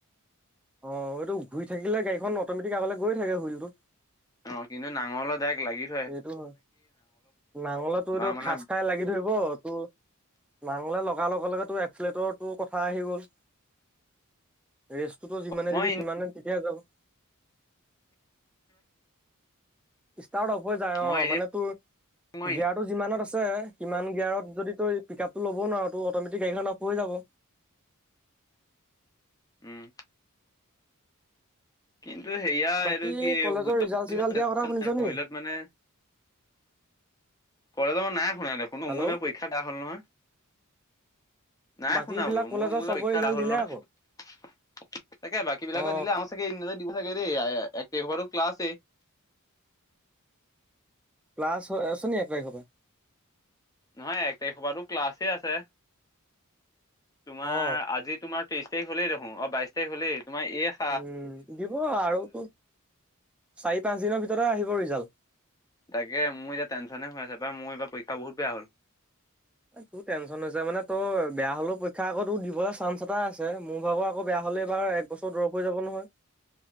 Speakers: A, in the centre; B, on the left.
A: অ', এইটো ঘূৰি থাকিলে গাড়ীখন অ'মেটিক আগলৈ গৈ থাকে হুইলটো।
B: অ' কিন্তু নাঙলৰ ডাইৰেক্ট লাগিব
A: সেইটো হয়। নাঙলে তোৰ
B: বা
A: এইটো
B: মানে
A: খাজ খাই লাগি ধৰিব তোৰ নাঙলে লগাৰ লগে লগে তোৰ, এক্সিলেটৰটোৰ কথা আহি গ'ল। ৰেষ্টটোতো যিমানে
B: মই
A: দিবি, সিমানে তেতিয়াহে যাব। ষ্টাৰ্ট অফ হৈ যায়, অ'।
B: মই এদিন
A: মানে তোৰ
B: মই
A: গিয়াৰটো যিমানত আছে সিমান গিয়াৰত যদি তই পিক আপটো ল'ব নোৱাৰ, তেতিয়া অট'মেটিক গাড়ীখন অফ হৈ যাব।
B: উম। কিন্তু সেয়া,
A: বাকী
B: এইটো কি,
A: কলেজৰ ৰিজাল্ট
B: <unintelligible>
A: চিজাল্ট দিয়া কথা শুনিছ নি?
B: হুইলত মানে কলেজৰ মই নাই শুনা দেখোন। মোৰ
A: হেল্ল'।
B: এইবাৰ পৰীক্ষা বেয়া হ'ল নহয়। নাই
A: বাকী
B: শুনা
A: বিলাক
B: বোলো।
A: কলেজৰ
B: মোৰ মোৰ
A: চবৰ
B: পৰীক্ষা
A: ৰিজাল্ট
B: বেয়া হ'ল
A: দিলে
B: নহয়।
A: আকৌ
B: তাকে বাকী বিলাকৰ
A: অ
B: দিলে। আমাৰ তাকে <unintelligible> দিব লাগে দেই। এক তাৰিখৰ পৰাটো ক্লাছেই।
A: ক্লাছ আছে নি এক তাৰিখৰ পৰা?
B: নহয়, এক তাৰিখ পৰাটো ক্লাছে আছে। তোমাৰ,
A: অ
B: আজি তোমাৰ তেইশ তাৰিখ হ'লেই দেখোন। অ' বাইশ তাৰিখ হ'লেই। তোমাৰ এক
A: উম, দিব আৰু। তোৰ চাৰি পাঁচ দিনৰ ভিতৰতে আহিব ৰিজাল্ট।
B: তাকে, মোৰ এতিয়া টেনচনে হৈ আছে পায়। মোৰ এইবাৰ পৰীক্ষা বহুত বেয়া হ'ল।
A: তোৰ টেনশচন হৈছে মানে তোৰ বেয়া হ'লেও পৰীক্ষা আকৌ তোৰ দিবলৈ চান্স এটা আছে। মোৰ ভাগৰ আকৌ বেয়া হ'লে এইবাৰ একবছৰ ড্ৰপ হৈ যাব নহয়।